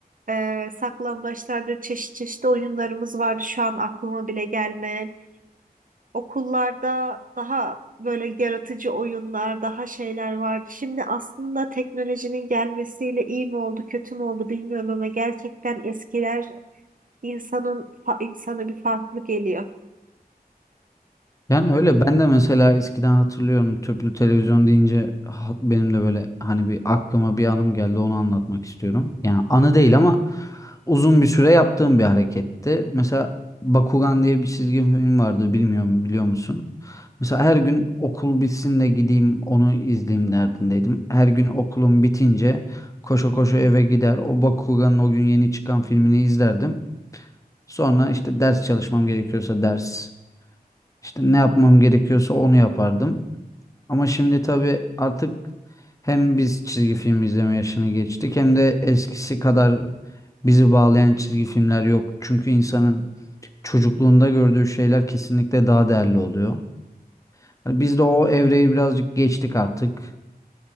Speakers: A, on the right (about 55°); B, on the left (about 20°).
A: E, saklambaçlardır çeşit çeşit oyunlarımız vardı şu an aklıma bile gelmeyen. Okullarda daha böyle yaratıcı oyunlar, daha şeyler vardı. Şimdi aslında teknolojinin gelmesiyle iyi mi oldu, kötü mü oldu bilmiyorum ama gerçekten eskiler insanın fa- insana bir farklı geliyor.
B: Yani öyle ben de mesela eskiden hatırlıyorum tüplü televizyon deyince ha- benim de böyle hani bir aklıma bir anım geldi onu anlatmak istiyorum. Yani anı değil ama uzun bir süre yaptığım bir hareketti. Mesela Bakugan diye bir çizgi film vardı bilmiyorum biliyor musun? Mesela her gün okul bitsin de gideyim onu izleyeyim derdindeydim. Her gün okulum bitince koşa koşa eve gider o Bakugan'ın o gün yeni çıkan filmini izlerdim. Sonra işte ders çalışmam gerekiyorsa ders işte ne yapmam gerekiyorsa onu yapardım. Ama şimdi tabii artık hem biz çizgi film izleme yaşını geçtik hem de eskisi kadar bizi bağlayan çizgi filmler yok. Çünkü insanın çocukluğunda gördüğü şeyler kesinlikle daha değerli oluyor. Yani biz de o evreyi birazcık geçtik artık.